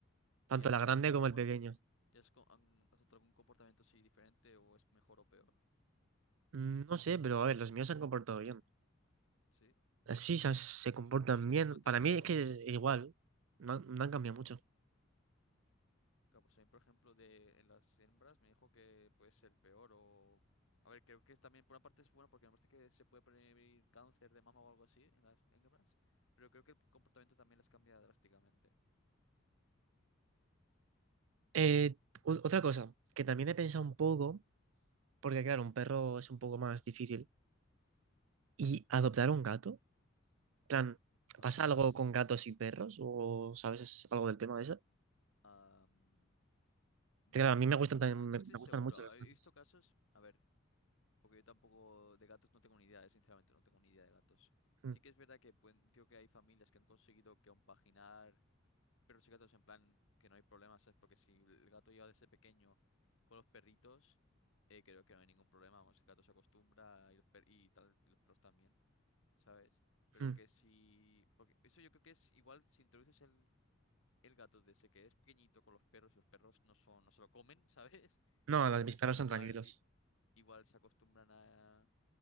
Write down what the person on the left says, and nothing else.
¿Y has
notado
algún
comportamiento?
es co- han adoptado algún comportamiento así diferente o es mejor o peor?
¿Sí?
Yo es que
tengo entendido,
Kaposain, por ejemplo, de en las hembras me dijo que puede ser peor o... A ver, creo que es también, por una parte es bueno porque me parece que se puede prevenir cáncer de mama o algo así en las hembras, pero creo que el comportamiento también las cambia drásticamente.
Hostia,
pues...
am, uf,
no,
no- no
estoy
seguro.
He
visto casos, a ver. Porque yo tampoco de gatos no tengo ni idea, eh, sinceramente, no tengo ni idea de gatos.
Sí que es verdad que puen- creo que hay familias que han conseguido compaginar perros y gatos en plan que no hay problemas, ¿sabes? Porque si el gato lleva desde pequeño con los perritos, eh, creo que no hay ningún problema, vamos, el gato se acostumbra y los, per- y tal, y los perros también, ¿sabes? Pero
que si... Porque eso yo creo que es igual si introduces el, el gato desde que es pequeñito con los perros y los perros no son, no se lo comen, <laughs> ¿sabes?
Pues
igual,
i- igual se acostumbran a